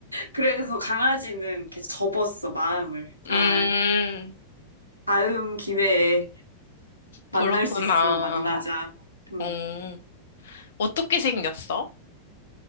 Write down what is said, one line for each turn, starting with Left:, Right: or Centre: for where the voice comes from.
Right: 그래서 강아지는 이렇게 접었어, 마음을.
Left: 음.
Right: 아, 다음 기회에
Left: 그렇구나.
Right: 만날 수 있으면 만나자. 음.
Left: 어. 어떻게 생겼어?